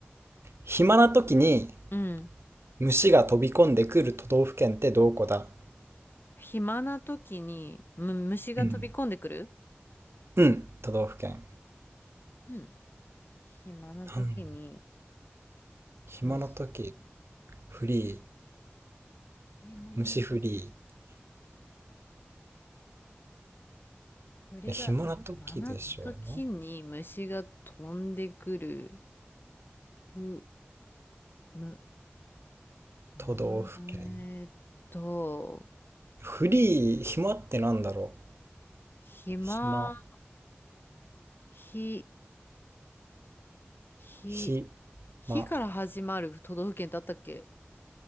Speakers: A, on the right; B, on the left.
A: 暇な時に
B: う。うん。
A: 虫が飛び込んでくる都道府県ってどこだ
B: 暇な時に、む、虫が飛び込んでくる
A: うん。うん、都道府県。
B: うん。暇な時に、
A: なん暇な時、
B: 虫。
A: フリ
B: 暇な、
A: 虫フリ
B: 鳥が、
A: ー。で暇な時でしょう
B: 暇な時に虫が飛んでくる。う、む、うわーえーっと、
A: 都道府県。フリー、暇ってなんだろ
B: 暇、
A: う暇、
B: ひ、ひ、
A: ひ、
B: 火から始まる都道府県ってあったっけ
A: ま、